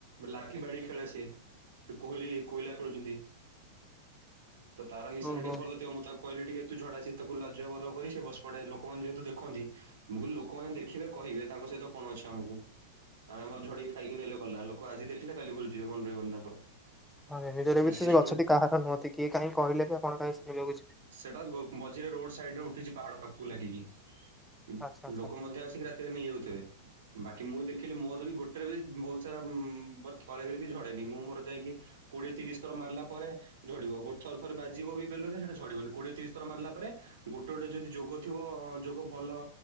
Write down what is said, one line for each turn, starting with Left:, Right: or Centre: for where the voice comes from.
Right: ଲାଠି ବାଡ଼ି ଖେଳେ ସିଏ ଯୋଉ କୋହଲି କୋଇଲା ଖୋଳୁଚନ୍ତି। ତ ତାର ନିଶାନା
Centre: ଓହୋ
Right: ଟିକେ ଭଲଥିବ ମୁଁ ତାକୁ କହିଲି ଟିକେ ତୁ ଝଡା ସିଏ ତ ବୁଲା ଅଛୁ ଯା ବଧ କରି ସେ ବସ ପଡ଼େ ଲୋକମାନେ ଯେହେତୁ ଦେଖନ୍ତି ମୁଁ କହିଲି ଲୋକମାନେ ଦେଖ- କେବେ କହିବେ ତାଙ୍କ ସହିତ କଣ ଅଛି ଆମୁକୁ। ଆ ଆମର ଝଡେଇକି ଖାଇକି ନେଲେ ଗଲା ଲୋକ ଆଜି ଦେଖିଲେ କାଲି ଭୁଲିଯିବେ ମନେ ରହିବନି ତାଙ୍କର।
Centre: ହଁ ଯେ ନିଜର ବି
Right: ସିଏ
Centre: ସେ
Right: ଶୁଣେ
Centre: ଗଛ ଟି କାହାର ନୁହନ୍ତି କିଏ କାହିଁ କହିଲେ ବି ଆପଣ କାହିଁ ଶୁଣିବାକୁ ଯିବେ।
Right: ସେଟା ଗୋ ମଝିରେ ରୋଡ ସାଇଡ ରେ ଉଠିଚି ପାହାଡ଼ ପାଖକୁ ଲାଗିକି ଲୋ
Centre: ଆଚ୍ଛା ଆଚ୍ଛା
Right: ଲୋକ ମଧ୍ୟ ଆସିକି ରା ତିରେ ନେଇଯାଉଥିବେ ବାକି ମୁଁ ଦେଖିଲି ମୋର ବି ଗୋଟେରେ ବି ବହୁତ ସାରା ଉଁ ଉଁ ବର୍ଥ ପଳେଇଲେ ବି ଝଡ଼େନି ମୁଁ ମୋର ଯାଇକି କୋଡ଼ିଏ ତିରିଶ ଥର ମାରିଲା ପରେ ଝଡିବ ଗୋଟେ ଥର ଥରେ ବାଜିବ ବି ବେଲରେ ସେଟା ଝଡିବନି କୋଡିଏ ତିରିଶ ଥର ମାରିଲା ପରେ ଗୋଟେ ଗୋଟେ ଯଦି ଯୋଗ ଥିବ ହଁ ଯୋଗ ଭଲ